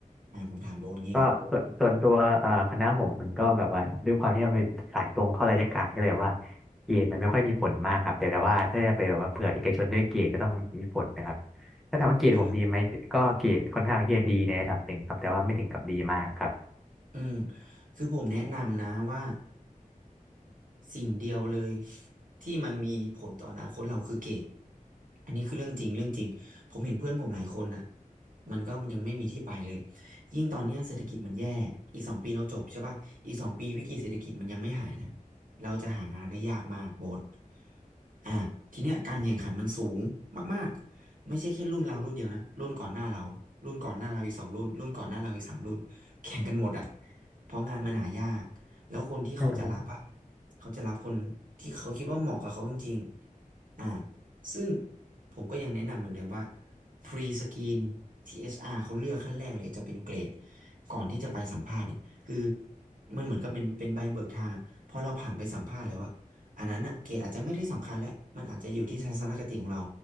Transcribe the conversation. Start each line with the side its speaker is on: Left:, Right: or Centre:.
Right: อ่าผมถามโบนงี้ดีกว่า
Centre: ก็ส่วนส่วนตัวเอ่อคณะผมมันก็แบบว่าด้วยความที่มันเป็นสายตรงเข้าราชการก็เลยว่าเกรดมันไม่ค่อยมีผลมากครับแต่แต่ว่าถ้าจะไปแบบว่าเผื่อเอกชนด้วยเกรดก็ต้องมีผลนะครับถ้าถามว่าเกรดผมดีไหมก็เกรดค่อนข้างที่จะดีในระดับหนึ่งครับแต่ว่าไม่ถึงกับดีมากครับ
Right: คืออืมคือผมแนะนำนะว่า สิ่งเดียวเลยที่มันมีผลต่ออนาคตเราคือเกรดอันนี้คือเรื่องจริงเรื่องจริงผมเห็นเพื่อนผมหลายคนน่ะมันก็ยังไม่มีที่ไปเลยยิ่งตอนเนี้ยเศรษฐกิจมันแย่ อีกสองปีเราจบใช่ป่ะอีกสองปีวิกฤตเศรษฐกิจมันยังไม่หายนะเราจะหางานได้ยากมากโบสอ่ะ ทีเนี้ยการแข่งขันมันสูงมากๆไม่ใช่แค่รุ่นเรารุ่นเดียวนะรุ่นก่อนหน้าเรารุ่นก่อนหน้าเราอีกสองรุ่นรุ่นก่อนหน้าเราอีกสามรุ่นแข่งกันหมดอ่ะเพราะงานมันหายาก แล้วคนที่เขาจะรับอ่ะ
Centre: ใช่ครับ
Right: เขาจะรับคนที่เขาคิดว่าเหมาะกับเขาจริงๆอ่าซึ่งผมก็ยังแนะนำเหมือนเดิมว่า pre screen าร r เขาเลือกขั้นแรกเลยจะเป็นเกรดก่อนที่จะไปสัมภาษณ์เนี่ยคือมันเหมือนกับเป็นเป็นใบเบิกทางอะพอเราผ่านไปสัมภาษณ์แล้วอ่ะอันนั้นอ่ะเกรดอาจจะไม่ได้สำคัญแล้วมันอาจจะอยู่ที่ทัศนคติของเรา